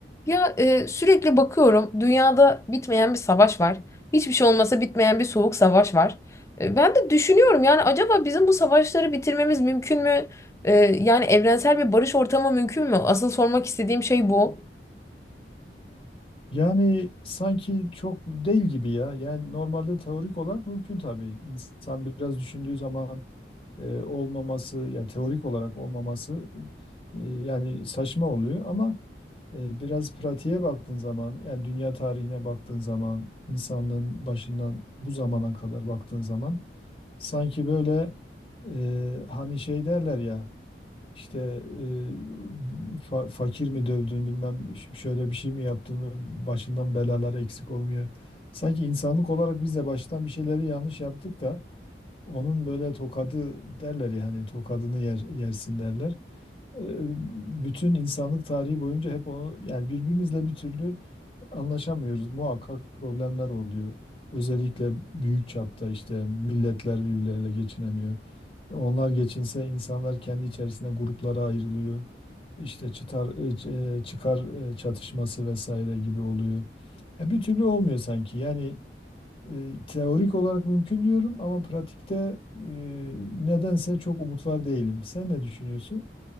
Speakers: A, on the left; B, on the left.
A: Ya e, sürekli bakıyorum dünyada bitmeyen bir savaş var. Hiçbir şey olmasa bitmeyen bir soğuk savaş var. E, ben de düşünüyorum yani acaba bizim bu savaşları bitirmemiz mümkün mü? E, yani evrensel bir barış ortamı mümkün mü? Asıl sormak istediğim şey bu.
B: Yani sanki çok değil gibi ya. Yani normalde teorik olarak mümkün tabii. İnsan biraz düşündüğü zaman e, olmaması, ya teorik olarak olmaması e, yani saçma oluyor ama e, biraz pratiğe baktığın zaman, yani dünya tarihine baktığın zaman, insanlığın başından bu zamana kadar baktığın zaman sanki böyle e, hani şey derler ya. İşte e, fa- fakir mi dövdün bilmem ş- şöyle bir şey mi yaptın mı başından belalar eksik olmuyor. Sanki insanlık olarak biz de baştan bir şeyleri yanlış yaptık da onun böyle tokadı derler ya hani tokadını yer, yersin derler. E, bütün insanlık tarihi boyunca hep onu yani birbirimizle bir türlü anlaşamıyoruz. Muhakkak problemler oluyor. Özellikle büyük çapta işte milletler birbirleriyle geçinemiyor. Onlar geçinse insanlar kendi içerisinde gruplara ayrılıyor. İşte çıtar, e, ç- e, çıkar e, çatışması vesaire gibi oluyor. Ya bir türlü olmuyor sanki. Yani e, teorik olarak mümkün diyorum ama pratikte e, nedense çok umut var değilim. Sen ne düşünüyorsun?